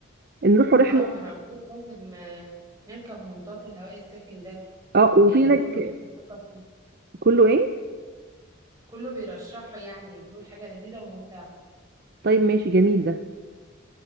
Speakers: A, on the right (about 45°); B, on the right (about 15°).
A: نروحوا رحله
B: اه ما أنا قلت لك لازم آه، نركب منطاد الهواء الساخن ده
A: اه وفي
B: إيه
A: هناك
B: كله بيفكر
A: كله ايه
B: كله بيرشحه يعني بيقول حاجة لذيذة وممتعة
A: طيب ماشي جميل ده